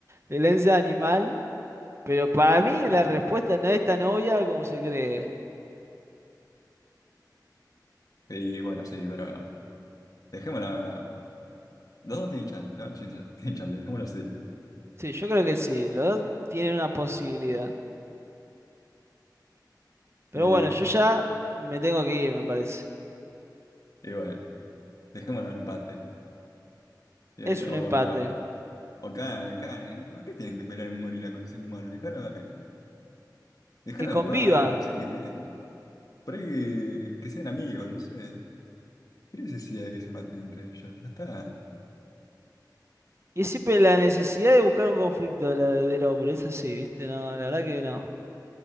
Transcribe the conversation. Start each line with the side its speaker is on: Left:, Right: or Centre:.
Right: violencia animal, pero para mí
Left: Y,
Right: la respuesta no es tan obvia como se cree.
Left: y bueno, sí, pero dejémoslo. Los dos tienen chance, ¿no? Tienen <laughs> tienen chance, dejémoslo así.
Right: Sí, yo creo que sí, los dos tienen una posibilidad. Pero
Left: Y,
Right: bueno, yo ya me tengo que ir, me parece.
Left: y bueno, dejémoslo en empate. Y-
Right: Es
Left: O,
Right: un empate.
Left: o cada, cada- ¿por qué tienen que pelear un gorila con un ser humano? Dejarlo, dejarlo
Right: Que
Left: en
Right: convivan.
Left: paz, deja- sí, que, por ahí que sean amigos, no sé. ¿Qué necesidad de que se maten entre ellos? Ya está.
Right: Y es siempre la necesidad de buscar un conflicto de la- del hombre, es así, ¿viste? No, la verdad que no.